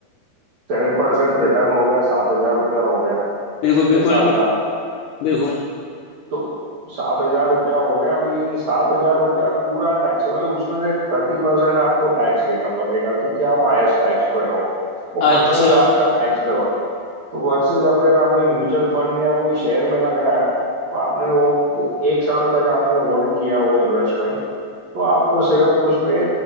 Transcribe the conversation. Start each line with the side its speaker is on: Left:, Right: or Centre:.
Right: सेवन परसेंट रिटर्न हो गया सात हजार रुपया हो गया ठीक
Left: बिल्कुल
Right: है
Left: बिल्कुल
Right: साल का
Left: बिल्कुल
Right: तो सात हजार रुपया हो गया अभी सात हजार रुपया पूरा टैक्सेबल है उसमें से थर्टी परसेंट आपको टैक्स देना पड़ेगा क्योंकि आप हाईएस्ट टैक्स में हो वो
Left: अच्छा
Right: पर्सनल आपका टैक्स में हो तो वर्सेज अगर आपने म्यूचुअल फंड या कोई शेयर में लगाया तो आपने वो वो एक साल तक आपने होल्ड किया वो इन्वेस्टमेंट तो आपको सिर्फ उसपे